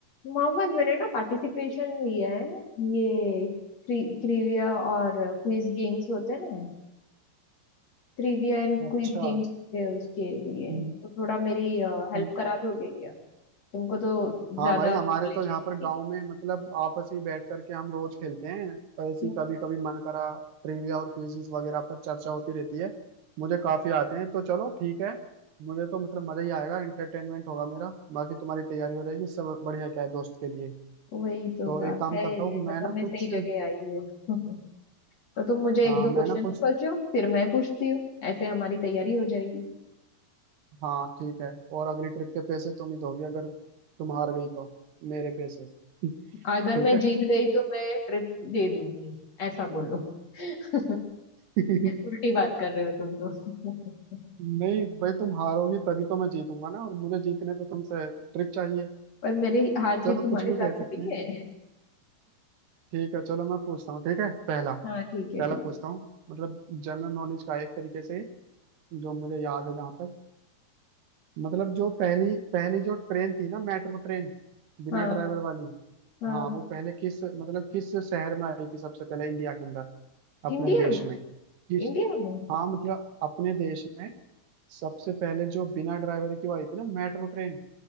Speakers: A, on the left; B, on the right.
A: मोहम्मद मैंने ना पार्टिसिपेशन लिया है ये ट्रिविया और क्विज गेम्स होते हैं ना ट्रिविया एंड
B: अच्छा
A: क्विज गेम्स होते हैं उसके लिए
B: हम्म,
A: तो थोड़ा मेरी हेल्प
B: हम्म।
A: करा दोगे क्या तुमको तो
B: हाँ
A: ज्यादा
B: भाई हमारे
A: नॉलेज
B: तो यहाँ
A: है इसकी
B: पर गांव में मतलब आपस में बैठ करके हम रोज खेलते हैं ऐसी
A: हम्म,
B: कभी कभी मन करा ट्रिविया और क्विजीज वगैरह पर चर्चा होती रहती है मुझे काफी आते हैं तो चलो ठीक है मुझे तो मतलब मजा ही आएगा एंटरटेनमेंट होगा मेरा बाकी तुम्हारी तैयारी हो रहेगी सब बढ़िया क्या है दोस्त के लिए
A: वही तो
B: तो
A: बात
B: एक काम
A: है
B: करता हूँ मैं
A: मतलब
B: ना
A: मैं
B: कुछ
A: सही जगह आई हूँ <laughs> तो तुम मुझे
B: हाँ
A: एक दो
B: मैं
A: क्वेश्चंस
B: ना कुछ
A: पूछो फिर मैं पूछती हूँ ऐसे हमारी तैयारी हो जाएगी
B: हाँ ठीक है और अगली ट्रिप के पैसे तुम ही दोगे अगर तुम हार गई तो मेरे पैसे <laughs> ठीक
A: अगर मैं जीत गई तो मैं ट्रिप दे दूंगी ऐसा बोलो <laughs>
B: है <laughs>
A: उल्टी बात कर रहे हो तुम तो <laughs>
B: नहीं भाई तुम हारोगी तभी तो मैं जीतूंगा ना और मुझे जीतने पे तुमसे ट्रिक चाहिए
A: पर मेरी हार जीत
B: चलो
A: तुम्हारे
B: कुछ भी
A: साथ
B: कह
A: थोड़ी
B: सकते हैं
A: है
B: ठीक है चलो मैं पूछता हूँ ठीक है पहला
A: <laughs> हाँ ठीक है
B: पहला
A: ठीक
B: पूछता हूँ मतलब जनरल नॉलेज का एक तरीके से जो मुझे याद है जहाँ तक मतलब जो पहली पहली जो ट्रेन थी ना मेट्रो ट्रेन बिना
A: हाँ
B: ड्राइवर वाली
A: हाँ
B: हाँ वो पहले किस मतलब किस शहर में आई थी सबसे पहले इंडिया के अंदर
A: इंडिया
B: अपने देश
A: में
B: में किस
A: इंडिया में
B: हाँ मतलब अपने देश में सबसे पहले जो बिना ड्राइवर की वो आई थी ना मेट्रो ट्रेन